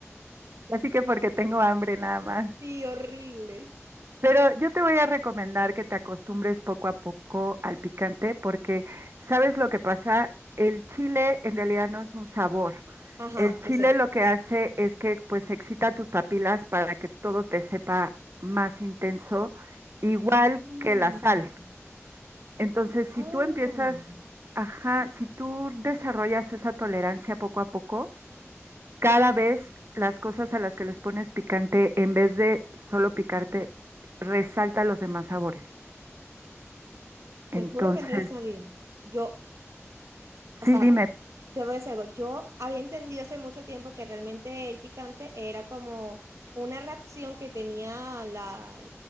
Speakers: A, on the right; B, on the right.
A: Así que porque tengo hambre nada más.
B: Sí, horrible.
A: Pero yo te voy a recomendar que te acostumbres poco a poco al picante porque sabes lo que pasa, el chile en realidad no es un sabor.
B: Ajá,
A: El chile
B: yo sé.
A: lo que hace es que pues excita tus papilas para que todo te sepa más intenso, igual
B: Mm,
A: que la sal. Entonces, si
B: ah,
A: tú empiezas, ajá, si tú desarrollas esa tolerancia poco a poco, cada vez las cosas a las que les pones picante, en vez de solo picarte, resalta los demás sabores.
B: te
A: Entonces,
B: juro que no lo sabía. Yo, o
A: sí,
B: sea,
A: dime,
B: te voy a decir algo. Yo había entendido hace mucho tiempo que realmente el picante era como una reacción que tenía la,